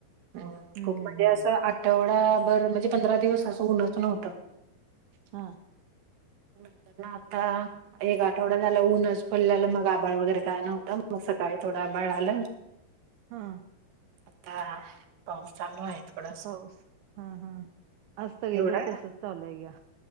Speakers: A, on the right; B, on the right.
A: ह
B: हम्म
A: खूप म्हणजे
B: हम्म हम्म
A: असं आठवडाभर म्हणजे पंधरा दिवस असं ऊनच नव्हतं.
B: हम.
A: म्हंटल तर आता. एक आठवडा झाला ऊनच पडल्याला मग आभाळ वगैरे काय नव्हतं, मग सकाळी थोडं आभाळ आलं.
B: हन.
A: आता पाऊ चालू आहे. थोडासा.
B: पाऊस हन हन आज सगळीकडे
A: एवढा
B: तसच चालू ग्या.